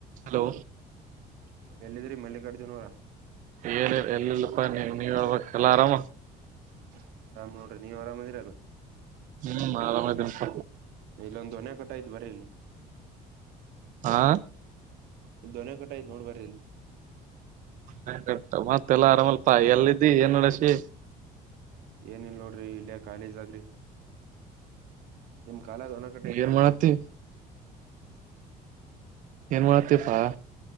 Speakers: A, on the right; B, on the right.
A: Hello
B: ಎಲ್ಲಿದ್ರಿ ಮಲ್ಲಿಕಾರ್ಜುನ್ ಅವ್ರ
A: ಏನ ಎಲ್ಲಿಲ್ಲಪ್ಪಾ ನೀ ನೀವ ಹೇಳ್ಬೇಕಕ್ ಎಲ್ಲ ಆರಾಮ
B: <unintelligible> ಆಮ್ ನೋಡ್ರಿ ನೀವ್ ಆರಾಮದಿರ ಅಲ್ಲ
A: ಹ್ಮ್ ಆರಾಮ್ದೇನಪ್ಪ
B: ಇಲ್ಲೊಂದು ದೊಣ್ಣೆಕಟ್ತ್ತಾ ಇದೆ ಬರಿ ಇಲ್ಲಿ
A: ಹಾ
B: ಇಲ್ಲಿ ದೊಣ್ಣೆಕಂಟ ಐತೆ ನೋಡ್ ಬರ್ರಿ ಇಲ್ಲಿ
A: ಹಟ್ಟ ಮತ್ತ ಎಲ್ಲಾ ಆರಾಮಲ್ಪ ಎಲ್ಲಿದ್ದಿ ಏನ್ ನಡಸಿ
B: ಏನಿಲ್ಲ ನೋಡ್ರಿ ಇಲ್ಲಯ ಕಾಲೇಜ್ ಆಗ್ಲಿ ನಿಮ್ ಕಾಲದ್ ಒಣ ಗಟೆ ಐತಲ್ರೀ
A: ಏನ್ ಮಾಡತಿ
B: <unintelligible>
A: ಏನ್ ಮಾಡತಿಪಾ